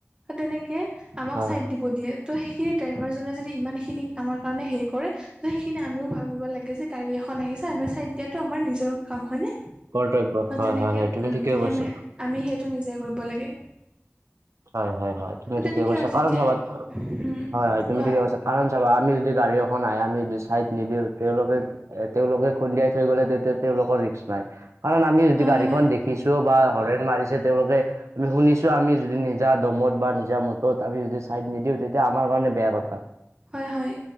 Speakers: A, on the right (about 20°); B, on the right (about 80°).
A: তেনেকে আমাক
B: হয়
A: ছাইড দিব দিয়ে, ত' সেইখিনি ড্ৰাইভাৰজনে যদি ইমানখিনি আমাৰ কাৰণে হেৰি কৰে! ত' সেইখিনি আমিও ভাবিব লাগে যে গাড়ী এখন আহিছে, আমি ছাইড দিয়াতো আমাৰ নিজৰ কাম হয়নে?
B: কৰ্তব্য হয়
A: তেনেকে
B: হয় হয়
A: উম,
B: তুমি ঠিকে
A: সেই
B: কৈছা
A: আমি সেইটো নিজে কৰিব লাগে।
B: হয় হয় হয়, তুমি ঠিকে
A: তেনেকে
B: কৈছা।
A: আৰু যেতিয়া
B: কাৰণ চাবা,
A: উম
B: হয় হয়, তুমি
A: কোৱা
B: ঠিকে কৈছা। কাৰণ চাবা আমি যদি গাড়ী এখন আহে, আমি যদি চাইড নিদিওঁ, তেওঁলোকে এ তেওঁলোকে খুন্দিয়াই থৈ গ'লে তেতিয়া তেওঁলোকৰ ৰিক্স নাই। কাৰণ আমি যদি
A: হয়
B: গাড়ীখন
A: হয়
B: দেখি খিছো বা হৰেণ মাৰিছে তেওঁলোকে আমি শুনিছো আমি যদি নিজ নিজা দমত বা নিজা মতত আমি যদি চাইড নিদিওঁ তেতিয়া আমাৰ কাৰণে বেয়া কথা।
A: হয় হয়।